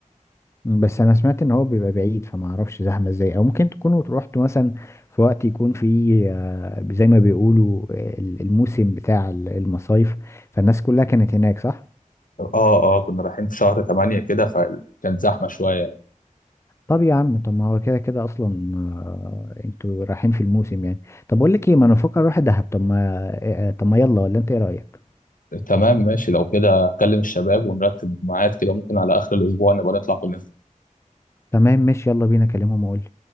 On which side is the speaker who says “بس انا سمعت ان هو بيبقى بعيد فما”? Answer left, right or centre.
Left